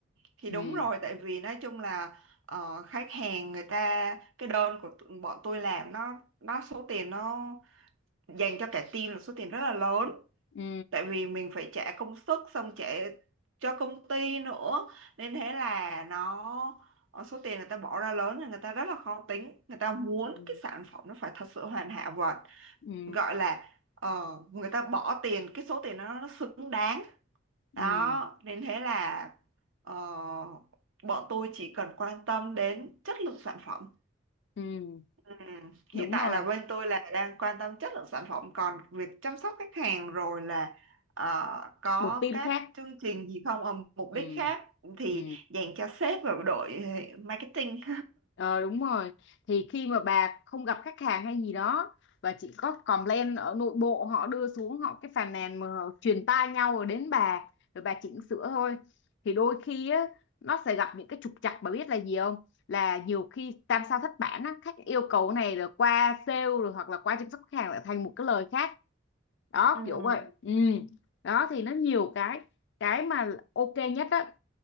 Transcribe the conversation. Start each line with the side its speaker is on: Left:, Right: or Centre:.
Right: thì
Left: ừ
Right: đúng rồi tại vì nói chung là ờ, khách hàng người ta cái đơn của tụi- bọn tôi làm nó nó số tiền nó dành cho cả team là số tiền rất là lớn
Left: ừ
Right: tại vì mình phải trả công sức xong trả cho công ty nữa nên thế là nó ờ, số tiền người ta bỏ ra lớn thì người ta rất là khó tính người ta muốn
Left: ừ
Right: cái sản phẩm nó phải thật sự hoàn hảo và
Left: ừ
Right: gọi là ờ, người ta bỏ tiền cái số tiền đó nó xứng đáng đó
Left: ừ
Right: nên thế là ờ, bọn tôi chỉ cần quan tâm đến chất lượng sản phẩm
Left: ừ
Right: Ừ.
Left: đúng
Right: Hiện tại
Left: rồi
Right: là bên tôi là đang quan tâm chất lượng sản phẩm còn việc chăm sóc khách hàng rồi là ờ, có
Left: một team
Right: các
Left: khác
Right: chương trình gì không ờ, mục
Left: ừ
Right: đích khác thì
Left: ừ
Right: dành cho sếp và đội ờ, marketing
Left: ờ, đúng rồi thì khi mà bà không gặp khách hàng hay gì đó và chỉ có complain ở nội bộ họ đưa xuống họ cái phàn nàn mà họ truyền tai nhau rồi đến bà rồi bà chỉnh sửa thôi thì đôi khi á nó sẽ gặp những cái trục trặc bà biết là gì không là nhiều khi tam sao thất bản á khách yêu cầu cái này rồi qua sale rồi hoặc là qua chăm sóc khách hàng lại thành một cái lời khác đó
Right: Ừ.
Left: kiểu vậy ừ đó thì nó nhiều cái cái mà ok nhất á